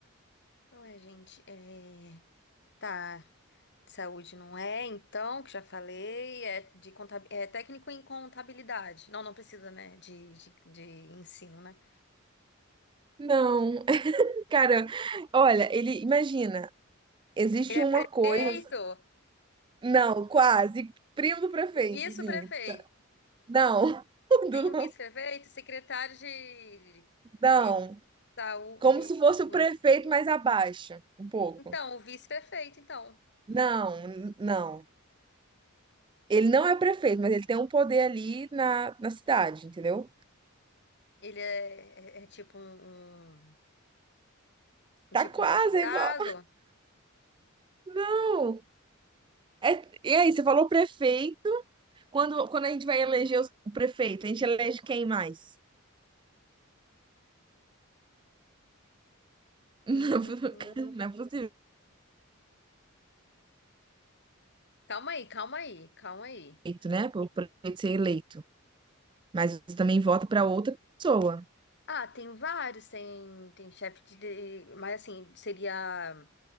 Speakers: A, on the left (about 55°); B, on the right (about 25°).
A: ué, gente, é... Tá, saúde não é, então, que já falei, é de contab... é técnico em contabilidade. Não, não precisa, né, de, de, de ensino, né?
B: Não, <laughs> cara, olha, ele imagina, existe
A: Ele é
B: uma
A: prefeito,
B: coisa, não, quase primo do prefeito,
A: vice-prefeito,
B: assim. Não, <laughs>
A: nem
B: do-
A: o vice-prefeito, secretário de,
B: não.
A: de saúde
B: Como se fosse
A: do município.
B: o prefeito mais abaixo, um pouco.
A: Então, o vice-prefeito, então.
B: Não, n- não. Ele não é prefeito, mas ele tem um poder ali na, na cidade, entendeu?
A: Ele é, é- é tipo um, um
B: Tá
A: Tipo
B: quase
A: um deputado?
B: igual. Não. É, e aí, você falou prefeito. Quando, quando a gente vai eleger os- o prefeito, a gente elege quem mais? <laughs>
A: Hum, hum.
B: Não, é possível,
A: calma aí, calma aí, calma aí.
B: eleito, né? Pelo prefeito ser eleito. Mas você também vota para outra pessoa.
A: Ah, tem vários, tem, tem chefe de, de- mas assim, seria